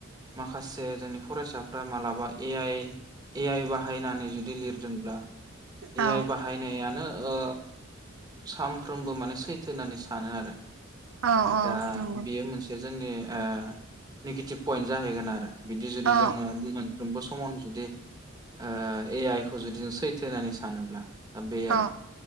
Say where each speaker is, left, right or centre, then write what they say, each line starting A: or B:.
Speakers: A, on the right; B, on the right.
A: माखासे जोंनि फरायसाफ्रा मालाबा ए आइ ए आइ बाहायनानै जुदि लिरदोंब्ला
B: औ
A: ए आइ बाहायनायानो ओ सामफ्रोमबो माने सैथ होननानै सानो आरो
B: औ औ
A: दा
B: नंगौ
A: बियो मोनसे जोंनि ओ निगिटिप फयेन जाहै गोन आरो बिदि जुदि
B: औ
A: जोङो मोनफ्रोमबो स समावनो जुदि ओ ए आइ खौ जुदि जों सैथो होनानै सानोब्ला दा बे
B: औ
A: आरो